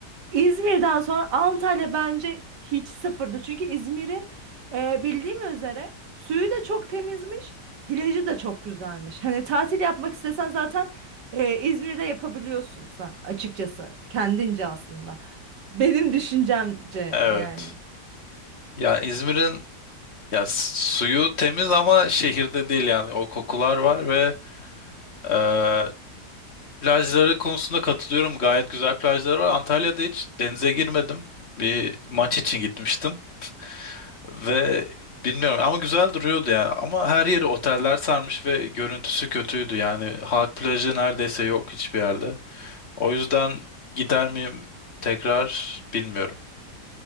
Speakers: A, on the right (about 85°); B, on the left (about 40°).
A: İzmir'den sonra Antalya bence hiç sıfırdı. Çünkü İzmir'in e, bildiğim üzere suyu da çok temizmiş, plajı da çok güzelmiş. Hani tatil yapmak istesen zaten e, İzmir'de yapabiliyorsun sen açıkçası. Kendince aslında. Benim düşüncemce
B: Evet.
A: yani.
B: Yani İzmir'in ya s- suyu temiz ama şehirde değil yani o kokular var ve e, plajları konusunda katılıyorum. Gayet güzel plajları var. Antalya'da hiç denize girmedim. Bir maç için gitmiştim ve bilmiyorum ama güzel duruyordu yani. Ama her yeri oteller sarmış ve görüntüsü kötüydü. Yani halk plajı neredeyse yok hiçbir yerde. O yüzden gider miyim tekrar bilmiyorum.